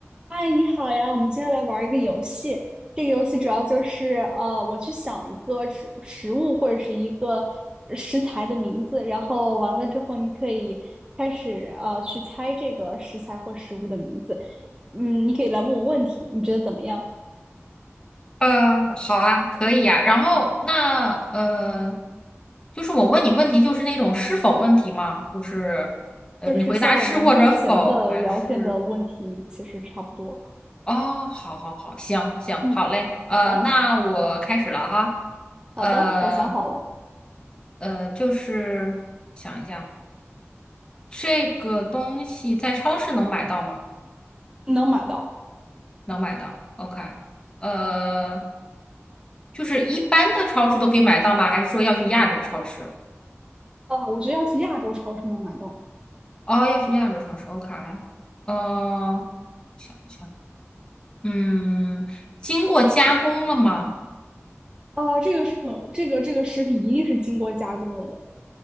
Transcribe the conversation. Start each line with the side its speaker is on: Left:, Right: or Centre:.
Right: 嗨，你好呀！我们今天来玩一个游戏。这个游戏主要就是，呃，我去想一个食食物或者是一个食材的名字，然后完了之后，你可以开始呃去猜这个食材或食物的名字。嗯，你可以来问我问题，你觉得怎么样？
Left: 呃，好啊，可以呀、然后那呃，就是我问你问题，就是那种是否问题吗？就是呃，
Right: 就是像我们之前的聊天的问题，
Left: 你回答是或者否，还是
Right: 其实差不多。
Left: 哦，好好好，行行，
Right: 嗯，
Left: 好嘞。呃，
Right: 好的，
Left: 那我开始了哈。
Right: 好的，
Left: 呃
Right: 我想好了，
Left: 呃，就是想一下，这个东西在超市能买到吗？
Right: 能买到。
Left: 能买到。OK。呃，就是一般的超市都可以买到吗？还是说要去亚洲超市？
Right: 呃，我觉得要去亚洲超市能买到。
Left: 哦，要去亚洲超市，OK，呃，想一想，嗯，经过加工了吗？
Right: 啊，这个是这个这个食品一定是经过加工了的，